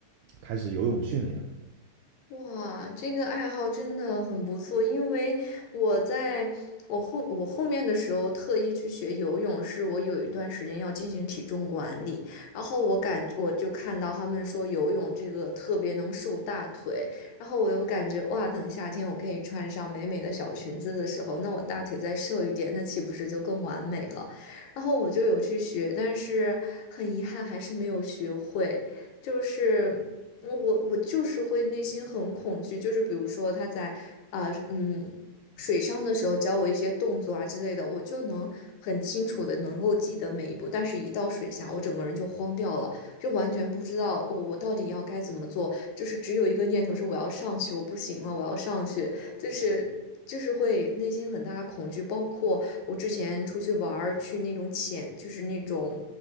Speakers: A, on the right; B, on the left.
A: 开始游泳训练了。
B: 哇，这个爱好真的很不错，因为我在我后我后面的时候特意去学游泳，是我有一段时间要进行体重管理，然后我感我就看到他们说游泳这个特别能瘦大腿，然后我又感觉哇，等夏天我可以穿上美美的小裙子的时候，那我大腿再瘦一点，那岂不是就更完美了？然后我就有去学，但是很遗憾还是没有学会，就是。我我就是会内心很恐惧，就是比如说他在啊、嗯水上的时候教我一些动作啊之类的，我就能很清楚的能够记得每一步，但是一到水下，我整个人就慌掉了，就完全不知道我我到底要该怎么做，就是只有一个念头是我要上去，我不行了，我要上去，就是就是会内心很大的恐惧，包括我之前出去玩儿去那种潜，就是那种。